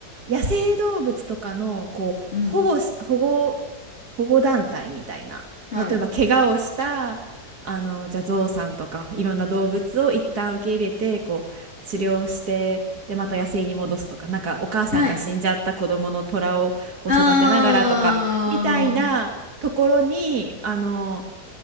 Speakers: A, on the right (about 65°); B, on the left (about 40°).
A: 野生動物とかのこう保護し、
B: うん。
A: 保護、保護団体みたいな例えば怪我をしたあのじゃあゾウさんとかいろんな動物を一旦受け入れてこう治療してでまた野生に戻すとかなんかお母さんが死んじゃった子供の虎をこう育てながらとかみたいなところにあの
B: はい。はい。あー。